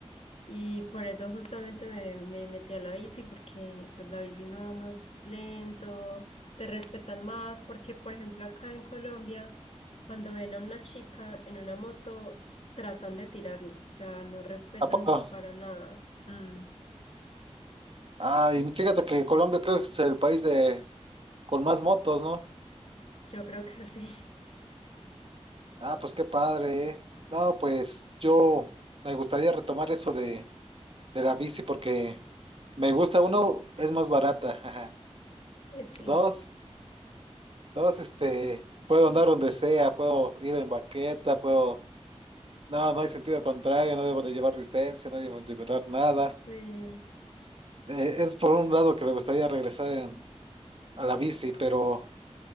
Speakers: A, on the left (about 65°); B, on the right (about 55°).
A: Y por eso justamente me, me metí a la bici, porque pues la bici uno va más lento, te respetan más, porque por ejemplo acá en Colombia, cuando ven a una chica en una moto, tratan de tirarla, o sea, no respetan
B: <laughs> ¿A poco?
A: para nada. Mm,
B: Ah, y fíjate que Colombia creo que es el país de, con más motos, ¿no?
A: yo creo que sí,
B: Ah, pues qué padre, ¿eh? No, pues yo me gustaría retomar eso de, de la bici porque me gusta, uno, es más barata, ajá.
A: <laughs> eh, sí,
B: Dos, dos, este, puedo andar donde sea, puedo ir en baqueta, puedo, no, no hay sentido contrario, no debo de llevar licencia, no debo de llevar nada.
A: sí,
B: Eh, es por un lado que me gustaría regresar en- a la bici, pero